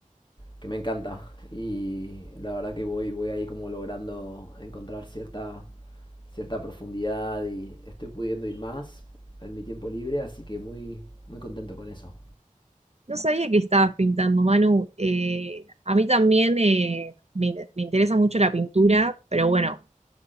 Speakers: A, on the left (about 35°); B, on the right (about 50°).
A: que me encanta y la verdad que voy, voy ahí como logrando encontrar cierta, cierta profundidad y estoy pudiendo ir más en mi tiempo libre, así que muy, muy contento con eso.
B: No sabía que estabas pintando, Manu. Eh, a mí también eh, me, in- me interesa mucho la pintura, pero bueno,